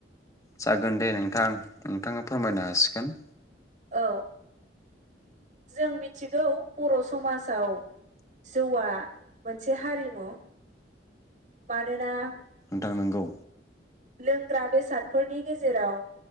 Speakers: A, on the left (about 20°); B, on the right (about 45°).
A: जागोन दे नोंथां नोंथाङा फोरमायनो हासिगोन।
B: औ जों मिथिगौ बर समाजाव जौआ मोनसे हारिमु मानोना
A: ओं नोंगौ
B: लोंग्रा बेसादफोरनि गेजेराव